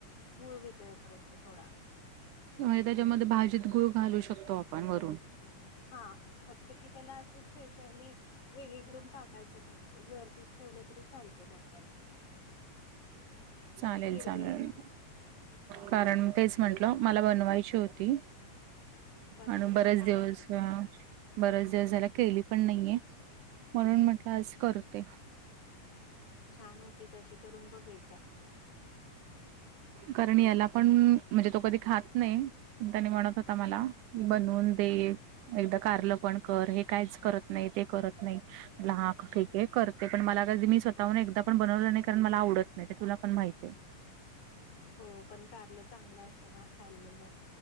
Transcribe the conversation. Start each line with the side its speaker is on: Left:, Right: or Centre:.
Left: गुळ वितळेपर्यंत थोडा.
Right: <unintelligible> त्याच्यामध्ये भाजीत गूळ घालू शकतो आपण वरून.
Left: हा फक्त की त्याला असं स्पेशली वेगळीकडून टाकायचं नाही वरती ठेवलं तरी चालत नंतर न
Right: चालेल
Left: विरघळत
Right: चाललं
Left: होत
Right: कारण तेच म्हंटलं मला बनवायची होती.
Left: बनव
Right: आणि बरेच
Left: ना छान
Right: दिवस
Left: होत
Right: अ बरेच दिवस झाले केली पण नाहीये म्हणून म्हटलं आज करते.
Left: छान होती तशी करून बघ एकदा.
Right: कारण याला पण म्हणजे तो कधी खात नाही. त्यांनी म्हणत होता मला की बनवून दे. एकदा कारल पण कर हे काहीच करत नाही ते करत नाही. म्हणलं हा ठीक आहे करते पण मला मी स्वतःहून एकदा पण बनवलं नाही कारण मला आवडत नाही ते तुला पण माहितीय.
Left: हो पण कारलं चांगलं असतं ना खाल्लेलं